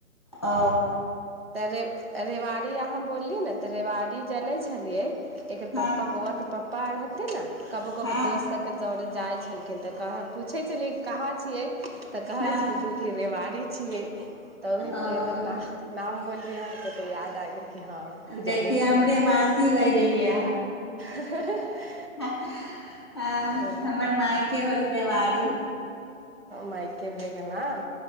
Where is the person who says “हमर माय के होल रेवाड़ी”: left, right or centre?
Left